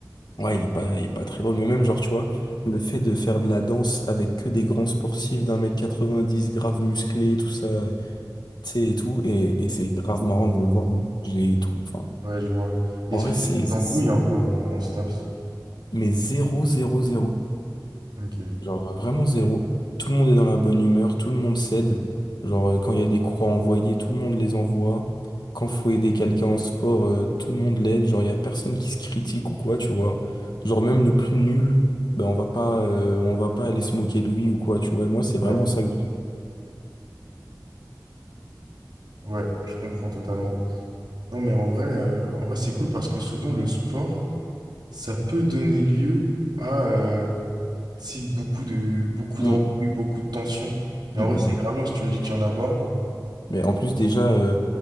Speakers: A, on the left; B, on the right.
A: Ouais, il est pas, il est pas très drôle, mais même, genre, tu vois, le fait de faire de la danse avec que des grands sportifs d'un mètre quatre-vingt-dix, grave musclés, tout ça, tu sais, et tout, et, et c'est grave marrant de le voir bouger et tout. Enfin,
B: Ouais, je vois. Est-ce
A: en vrai,
B: que t'as
A: c'est,
B: des
A: c'est,
B: embrouilles un peu en, en STAPS?
A: mais zéro, zéro, zéro.
B: Ok.
A: Genre euh, vraiment zéro. Tout le monde est dans la bonne humeur, tout le monde s'aide. Genre euh, quand il y a des croix à envoyer, tout le monde les envoie. Quand faut aider quelqu'un en sport, euh, tout le monde l'aide. Genre il y a personne qui se critique ou quoi, tu vois. Genre même le plus nul, ben on va pas, euh, on va pas aller se moquer de lui ou quoi, tu vois. Et moi c'est vraiment
B: Ouais.
A: ça. que-
B: Ouais, je comprends totalement. Non, mais en vrai, euh, en vrai, c'est cool parce que souvent, le sport, ça peut donner lieu à euh, tu sais, beaucoup de, beaucoup d'embrouilles,
A: Mm,
B: beaucoup de tensions. Et
A: mm,
B: en
A: mm.
B: vrai, c'est grave bien si tu me dis qu'il y en a pas.
A: Mais en plus, déjà, euh,